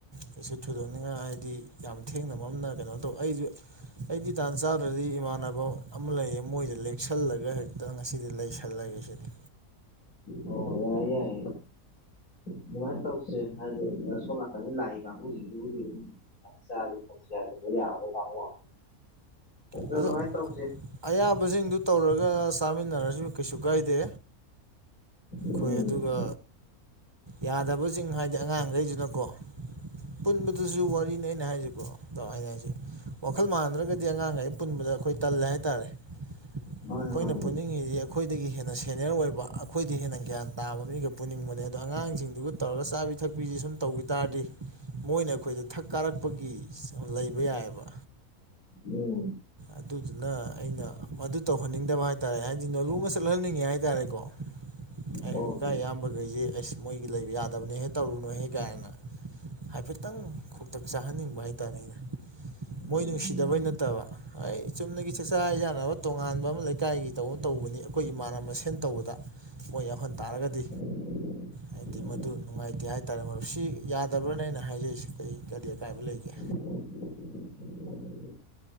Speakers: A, on the right; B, on the left.
A: ꯀꯩꯁꯨ ꯊꯣꯏꯗꯣꯛꯅꯤꯡꯉꯥꯏ ꯍꯥꯏꯗꯤ ꯌꯥꯝ ꯊꯦꯡꯅ ꯃꯝꯅ ꯀꯩꯅꯣ ꯇꯧ ꯑꯩꯁꯨ ꯑꯩꯗꯤ ꯇꯥꯟ ꯆꯥꯗ꯭ꯔꯗꯤ ꯏꯃꯥꯟꯅꯕ ꯑꯃ ꯂꯩꯌꯦ ꯃꯣꯏꯁꯦ ꯂꯦꯛꯁꯜꯂꯒ ꯍꯦꯛ ꯑ ꯉꯁꯤꯗꯤ ꯂꯩꯁꯜꯂꯒꯦꯁꯤꯗꯤ
B: ꯑꯣ ꯌꯥꯏꯌꯦ ꯌꯥꯏꯌꯦ ꯑꯗꯨꯃꯥꯏꯅ ꯇꯧꯁꯦ ꯍꯥꯏꯗꯤ ꯁꯣꯝ ꯅꯥꯀꯟꯅꯤ ꯂꯥꯛꯏ ꯀꯥꯡꯕꯨꯁꯤꯡꯁꯤꯕꯨꯗꯤ ꯑꯗꯨꯝ ꯁ ꯑ
A: ꯑꯗꯣ
B: ꯑꯗꯨ ꯃꯥꯏ ꯇꯧꯣꯛꯁꯤ
A: ꯑꯌꯥꯕꯁꯤꯡꯗꯨ ꯇꯧꯔꯒ ꯆꯥꯃꯤꯟꯅꯔꯁꯨ ꯀꯩꯁꯨ ꯀꯥꯏꯗꯦ
B: ꯎꯝ
A: ꯑꯩꯣꯏ ꯑꯗꯨꯒ ꯌꯥꯗꯕꯁꯤꯡ ꯍꯥꯏꯗꯤ ꯑꯉꯥꯡꯈꯩꯁꯤꯅꯀꯣ ꯄꯨꯟꯕꯗꯨꯁꯨ ꯋꯥꯔꯤꯅꯦ ꯑꯩꯅ ꯍꯥꯏꯁꯤꯀꯣ ꯇ ꯍꯥꯏꯁꯦ ꯋꯥꯈꯜ ꯃꯥꯟꯗ꯭ꯔꯒꯗꯤ ꯑꯉꯥꯡꯈꯩ ꯄꯨꯟꯕꯗ ꯑꯩꯈꯣꯏ ꯇꯜꯂꯦ ꯍꯥꯏꯇꯥꯔꯦ ꯑꯩꯈꯣꯏꯅ
B: ꯃꯥꯅꯦ ꯃꯥꯅꯦ
A: ꯄꯨꯅꯤꯡꯉꯤꯁꯤ ꯑꯩꯈꯣꯏꯗꯒꯤ ꯍꯦꯟꯅ ꯁꯦꯅꯤꯌꯔ ꯑꯣꯏꯕ ꯑꯩꯈꯣꯏ ꯗꯤ ꯍꯦꯟꯅ ꯒ꯭ꯌꯥꯟ ꯇꯥꯕ ꯃꯤꯒ ꯄꯨꯅꯤꯡꯕꯅꯦ ꯑꯗꯣ ꯑꯉꯥꯡꯁꯤꯡꯗꯨꯒ ꯇꯧꯔꯒ ꯆꯥꯕꯤ ꯊꯛꯄꯤꯁꯦ ꯁꯨꯝ ꯇꯧꯈꯤ ꯇꯥꯔꯗꯤ ꯃꯣꯏꯅ ꯑꯩꯈꯣꯏꯗ ꯊꯛ ꯀꯥꯔꯛꯄꯒꯤ ꯂꯩꯕ ꯌꯥꯏꯑꯕ
B: ꯑꯣ
A: ꯑꯗꯨꯗꯨꯅ ꯑꯩꯅ ꯃꯗꯨ ꯇꯧꯍꯟꯅꯤꯡꯗꯕ ꯍꯥꯏ ꯇꯔꯦ ꯍꯥꯏꯗꯤ ꯅꯣꯂꯨꯃ ꯆꯠꯍꯟꯅꯤꯡꯉꯦ ꯍꯥꯏ ꯇꯔꯦꯀꯣ ꯑꯦ
B: ꯑꯣꯀꯦ
A: ꯏꯥꯏ ꯏꯌꯥꯝꯕꯈꯩꯁꯦ ꯑꯁ ꯃꯣꯏꯒꯤ ꯂꯩꯕ ꯌꯥꯗꯕꯅꯦ ꯍꯦꯛ ꯇꯧꯔꯨꯅꯨꯍꯦꯛ ꯀꯥꯏꯅ ꯍꯥꯏꯐꯦꯠꯇꯪ ꯈꯨꯇꯛ ꯆꯥꯍꯟꯅꯤꯡꯕ ꯍꯥꯏꯇꯥꯥꯔꯦ ꯑꯩꯅ ꯃꯣꯏ
B: ꯎꯝ
A: ꯅꯨꯡꯁꯤꯗꯕꯩ ꯅꯠꯇꯕ ꯑꯩ ꯆꯨꯝꯅꯒꯤ ꯆꯥꯛꯆꯥ ꯍꯖꯥꯟꯅꯕ ꯇꯣꯉꯥꯟꯕ ꯑꯃ ꯂꯩꯀꯥꯏꯒꯤ ꯇꯧꯕ ꯇꯧꯕꯅꯤ ꯑꯩꯈꯣꯏꯒꯤ ꯃꯅꯕ ꯃꯁꯦꯟ ꯇꯧꯕꯗ ꯃꯣꯏ ꯌꯥꯎꯍꯟ ꯇꯥꯔꯒꯗꯤ
B: <unintelligible>
A: ꯍꯥꯏꯗꯤ ꯃꯗꯨ ꯅꯨꯡꯉꯥꯏꯇꯦ ꯍꯥꯏꯇꯥꯔꯦ ꯃꯔ ꯁꯤ ꯌꯥꯗꯕ꯭ꯔꯅ ꯑꯩꯅ ꯍꯥꯏꯖꯔꯤꯁꯦ ꯀꯩ ꯀꯔꯤ ꯑꯀꯥꯏꯕ ꯂꯩꯒꯦ
B: <unintelligible>